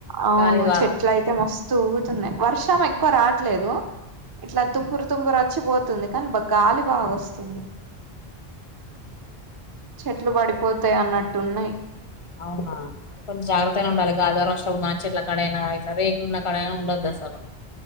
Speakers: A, on the right; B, on the left.
A: అవును
B: గాలివారం
A: చెట్ల అయితే మస్తు ఊగుతున్నాయి. వర్షం ఎక్కువ రావట్లేదు. ఇట్లా తుప్పురు తుంపురు వచ్చిపోతుంది కానీ, గాలి బాగా వస్తుంది. చెట్లు పడిపోతాయి అన్నట్టున్నాయి
B: అవునా కొంచెం జాగ్రత్తగానే ఉండాలి. గాలివాన వచ్చినపుడు మంచి చేట్లాక్కడయినా అయితే రేకులు ఉన్న కాడయినా ఉండోద్దు. సను